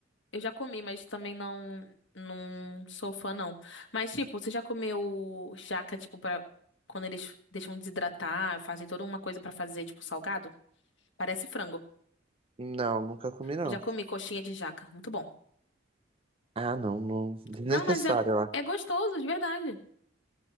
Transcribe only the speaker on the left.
Eu já comi, mas também não, não sou fã, não. Mas, tipo, você já comeu jaca, tipo, pra quando eles deixam desidratar, fazem toda uma coisa pra fazer, tipo, salgado? Parece frango.
Eu já comi coxinha de jaca. Muito bom.
Não, mas é,
é gostoso, de verdade.